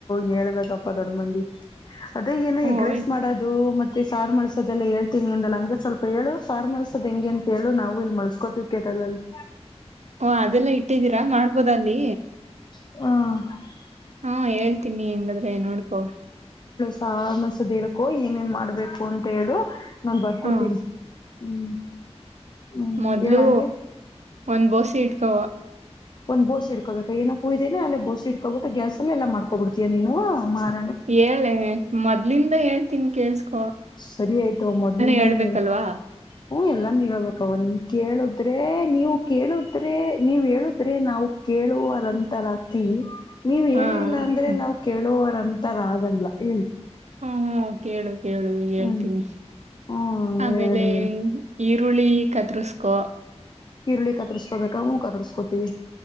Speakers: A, on the left (about 40°); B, on the right (about 85°).
A: ಹೇಳ್ಬೇಕಪ್ಪಾ ದೊಡ್ ಮಂದಿ ಅದೇ ಏನು ಎಗ್ರೈಸ್
B: ಓಯ್
A: ಮಾಡೋದು ಮತ್ತೆ ಮ ಸಾರು ಮಳ್ಸೋದೆಲ್ಲ ಹೇಳ್ತೀವಿ ಅಂದಲ್ಲ ಹಂಗೆ ಸ್ವಲ್ಪ ಹೇಳು ಸಾರು ಮಳ್ಸೋದ್ ಹೆಂಗೆ ಅಂತ ಹೇಳು ನಾವು ಇಲ್ಲಿ ಮಳ್ಸ್ಕೋತೀವಿ ಕೇಟಲ್ಲಲ್ಲಿ
B: ಓ ಅದ ಅದೆಲ್ಲಾ ಇಟ್ಟಿದ್ದೀರಾ ಮಾಡ್ಬೋದ ನೀ
A: ಹ್ಮ
B: ಹಾ ಹೇಳ್ತೀನಿ ಹೆಮಾದ್ರೆ ನೋಡ್ಕೋ
A: ಸಸದ ಇಳ್ಕೋ ಏನ ಏನ್ ಮಾಡ್ಬೇಕು ಅಂತ ಹೇಳು. ನನ್ ಬರ್ಕೋತೀನಿ
B: ಹ್ಮ
A: ಹ್ಮ್ ಹ್ಮ್
B: ಮೊದ್ಲು
A: ಹೇಳಂಗೆ.
B: ಒಂದ್ <inaudible>
A: ಒಂದ್ ಬೋಸಿ ಇಡ್ಕೋಬೇಕ ಏನಪ್ಪು ಇದ್ದೇನ ಅ ಬೋಸ್ ಇಡ್ಕೋಬಿಟ್ಟು ಗ್ಯಾಸ್ ಅಲ್ಲಿ ಎಲ್ಲ ಮಾಡಕೋಬ ಬಿಡ್ತಿಯ ನೀನು ಮಾಡ್
B: ಹೇಳೆ ಮೊದ್ಲಿಂದ ಹೇಳ್ತಿನ್ ಕೇಳ್ಸೋ.
A: ಸರಿ ಆಯ್ತವ ಮೊದ್ಲಿಂದಾನೇ
B: ಹೇಳ್ಬೇಕಲ್ವಾ
A: ಹೇಳು. ಹ್ಮ ಎಲ್ಲಾನು ಹೇಳ್ಬೇಕವ ಕೇಳುದ್ರೆ ನೀವು ಕೇಳುದ್ರೆ ನೀವ್ ಹೇಳುದ್ರೆ ನಾವು ಕೇಳುವರಂತಾರ ಆಕ್ತಿವಿ. ನೀವ್
B: ಹಾ
A: ಹೇಳಿಲ್ಲ ಅಂದ್ರೆ
B: ಹ್ಮ
A: ನಾವು ಕೇಳುವವರಂತ ತರ ಆಗಲ್ಲಾ ಹೇಳಿ.
B: ಹ್ಮ್ ಕೇಳು ಕೇಳು ಹೇಳ್ತೀನಿ
A: ಹ್ಮ್ ಹ್ಮ್
B: ಆಮೇಲೆ
A: ಹೇಳಿ ಹೇಳಿ
B: ಈರುಳ್ಳಿ. ಕತ್ರಸ್ಕೊ.
A: ಈರುಳ್ಳಿ ಕತರ್ಸ್ಕೋಬೇಕಾ ಹೂ ಕರ್ಸ್ಕೋತಿವಿ.